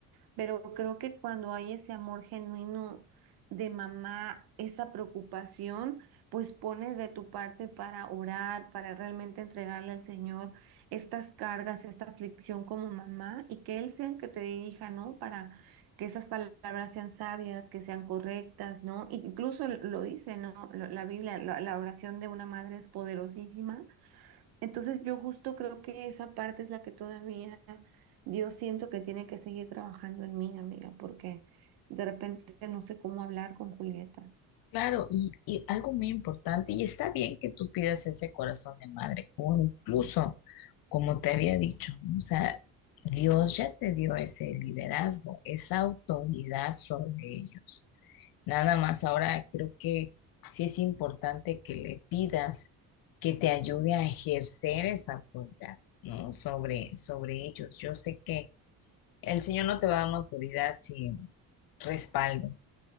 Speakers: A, on the right; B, on the left.
A: pero creo que cuando hay ese amor genuino de mamá, esa preocupación, pues pones de tu parte para orar, para realmente entregarle al Señor estas cargas, esta aflicción como mamá y que Él sea el que te dirija, ¿no? Para que esas palabras sean sabias, que sean correctas, ¿no? Incluso lo dice, ¿no? Lo- La Biblia, la la oración de una madre es poderosísima entonces yo justo creo que esa parte es la que todavía yo siento que tiene que seguir trabajando en mí, amiga, porque de repente no sé cómo hablar con Julieta.
B: Claro, y, y algo muy importante, y está bien que tú pidas ese corazón de madre, o incluso, como te había dicho, ¿no? o sea, Dios ya te dio ese liderazgo, esa autoridad sobre ellos. Nada más ahora creo que sí es importante que le pidas que te ayude a ejercer esa autoridad, ¿no? Sobre, sobre ellos. Yo sé que el Señor no te va a dar una autoridad sin respaldo.